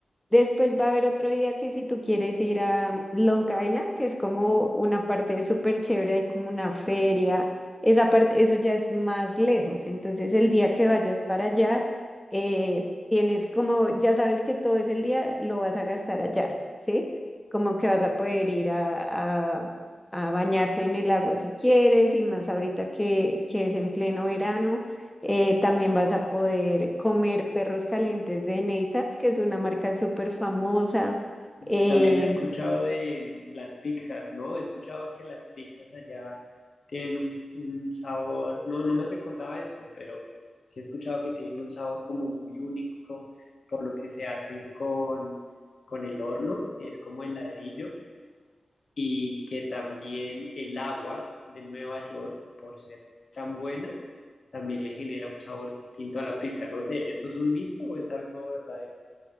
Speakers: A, in the centre; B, on the left.
A: Después va a haber otro día que si tú quieres ir a Long Island, que es como una parte súper chévere, hay como una feria, esa parte, eso ya es más lejos, entonces el día que vayas para allá, eh, tienes como, ya sabes que todo ese día lo vas a gastar allá, ¿sí? como que vas a poder ir a, a- a bañarte en el agua si quieres, y más ahorita que, que es en pleno verano. Eh, también vas a poder comer perros calientes de Neitas, que es una marca súper famosa.
B: Mm,
A: Eh,
B: También he escuchado de las pizzas, ¿no? He escuchado que las pizzas allá tienen un, un sabor, no, no me recordaba esto, pero sí he escuchado que tienen un sabor como muy único, por lo que se hacen con, con el horno, que es como el ladrillo, y que también el agua de Nueva York, por ser tan buena, también le genera un sabor distinto a la pizza. No sé, ¿esto es un mito o es algo verdadero?